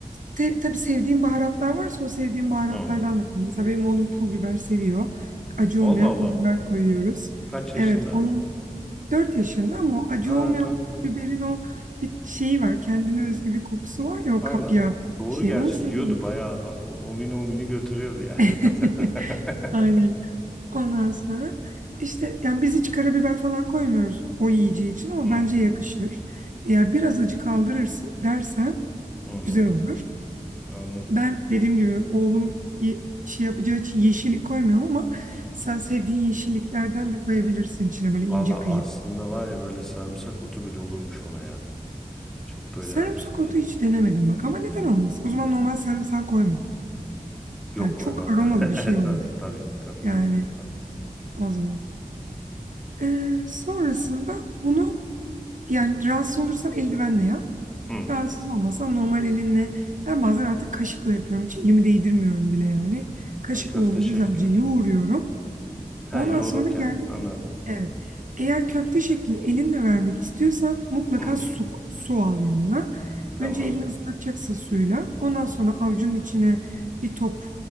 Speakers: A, on the right; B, in the centre.
A: te, tabii sevdiğim baharatlar varsa o sevdiğim baharatlardan
B: Hı hı.
A: da koy. Mesela benim oğlum pul biber seviyor. Acı
B: Allah
A: olmayan
B: Allah.
A: pul biber koyuyoruz.
B: Kaç yaşında?
A: Evet onun 4 yaşında ama o acı
B: Ha
A: olmayan pul biberin o bir şeyi var. Kendine özgü bir kokusu var ya o
B: Valla
A: kapya
B: doğru
A: şeyi.
B: gerçi
A: Onu seviyor.
B: yiyordu bayağı ha- o- homini homini götürüyordu yani.
A: <laughs>
B: <laughs>
A: Aynen. Ondan sonra işte yani biz hiç karabiber falan koymuyoruz o yiyeceği için ama
B: Hmm,
A: bence yakışır. Eğer biraz acı kaldırırsın dersen
B: Hı hı,
A: güzel olur.
B: anladım.
A: Ben dediğim gibi oğlum ye- şey yapacağı için yeşillik koymuyorum ama sen sevdiğin yeşilliklerden de koyabilirsin içine böyle ince
B: Valla
A: kıyıp.
B: aslında var ya böyle sarımsak otu bile olurmuş ona ya. Çok böyle
A: Sarımsak
B: hafif bir
A: otu hiç denemedim bak ama neden olmasın? O zaman normal sarımsak koyma.
B: yok
A: Yani
B: koymam.
A: çok aromalı
B: <laughs>
A: bir şey olur.
B: Tabii tabii tabii
A: Yani
B: tabii. Tamam.
A: o zaman. Ee, sonrasında bunu yani rahatsız olursan eldivenle yap.
B: Hmm.
A: Rahatsız olmasan normal elinle. Ben bazen artık kaşıkla yapıyorum. Hiç elimi değdirmiyorum bile yani. Kaşıkla
B: Ha, köfte
A: onu
B: şeklini.
A: güzelce yoğuruyorum.
B: Ha
A: Ondan
B: yoğururken
A: sonra geldi
B: anladım.
A: Evet. Eğer köfte şeklini elinle vermek istiyorsan mutlaka
B: Hı hı.
A: su, su al yanına.
B: Tamam.
A: Önce elini ıslatacaksın suyla. Ondan sonra avucunun içine bir top